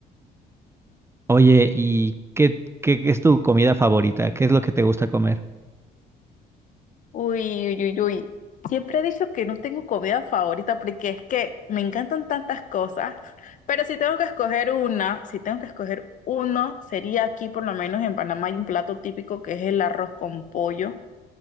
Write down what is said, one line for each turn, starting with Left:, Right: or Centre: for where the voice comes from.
Right: Oye, ¿y qué, qué, qué es tu comida favorita? ¿Qué es lo que te gusta comer?
Left: Uy, uy, uy, uy. Siempre he dicho que no tengo comida favorita porque es que me encantan tantas cosas, pero si tengo que escoger una, si tengo que escoger uno, sería aquí por lo menos en Panamá hay un plato típico que es el arroz con pollo